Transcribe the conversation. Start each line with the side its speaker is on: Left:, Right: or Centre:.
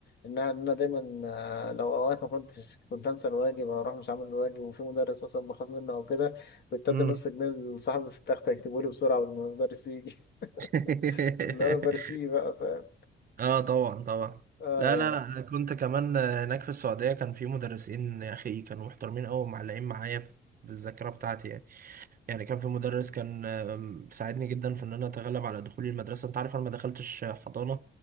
Left: ان انا إن أنا دايما آه، لو اوقات ما كنتش كنت انسى الواجب او اروح مش عامل الواجب وفي مدرس مثلا بخاف منه او كده كنت ادي
Right: مم.
Left: نص جنيه لصاحبي في التخت يكتبه لي بسرعة والمدرس يجي
Right: <laughs>
Left: <laughs> اللي هو برشيه بقى فاهم
Right: اه طبعا طبعا
Left: اه
Right: لا
Left: يعني
Right: لا لا انا كنت كمان آه، هناك في السعوديه كان في مدرسين يا اخي كانوا محترمين قوي ومعلقين معايا في في الذاكره بتاعتي يعني يعني كان في مدرس كان آم، ساعدني جدا في ان انا اتغلب على دخولي المدرسه انت عارف انا ما دخلتش حضانه